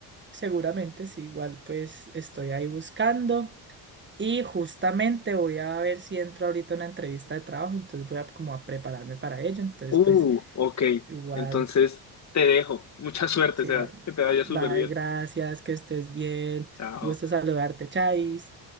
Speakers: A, on the right; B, on the left.
A: seguramente sí, igual pues estoy ahí buscando y justamente voy a ver si entro ahorita a una entrevista de trabajo, entonces voy a como a prepararme para ello, entonces
B: Uh,
A: pues
B: ok.
A: igual,
B: Entonces te dejo. Mucha suerte,
A: sí,
B: Sebas.
A: va,
B: Que te vaya
A: va,
B: súper bien.
A: gracias, que estés bien,
B: Chao.
A: gusto saludarte, Chais.